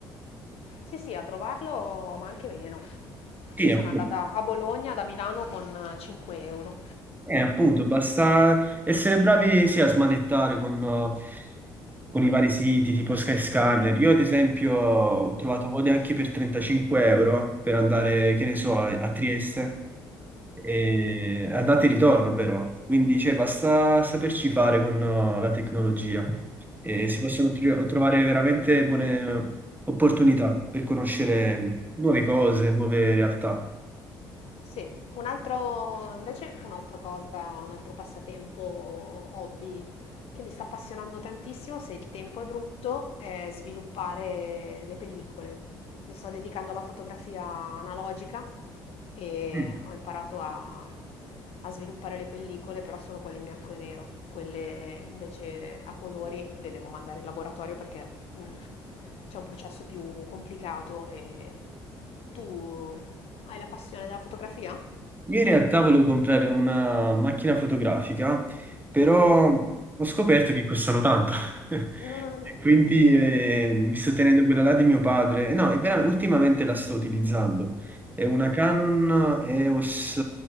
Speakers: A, on the left; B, on the right.
A: sì sì, a trovarlo, ma anche meno.
B: Sì,
A: Io sono
B: appunto,
A: andata a Bologna da Milano con 5 euro.
B: Eh, appunto, basta essere bravi sia a smanettare con... con i vari siti tipo Skyscanner. Io, ad esempio, ho trovato code anche per 35 euro per andare, che ne so, a a Trieste, e andate e ritorno però. Quindi, cioè, basta saperci fare con eh, la tecnologia e si possono tr- trovare veramente buone eh, opportunità per conoscere nuove cose, nuove realtà.
A: Sì, un altro, invece un'altra cosa, un altro passatempo, hobby che mi sta appassionando tantissimo, se il tempo è brutto, è sviluppare le pellicole. Mi sto dedicando alla fotografia analogica e
B: Mm.
A: ho imparato a, a sviluppare le pellicole, però solo quelle in bianco e nero. Quelle invece a colori le devo mandare in laboratorio perché mm, c'è un processo più complicato e tu hai la passione della fotografia?
B: Io in realtà volevo comprare una macchina fotografica, però ho scoperto che costano tanto. <laughs>
A: <laughs>
B: Quindi eh, mi sto tenendo quella là di mio padre. Eh, No, è vera- ultimamente la sto utilizzando. È una Canon EOS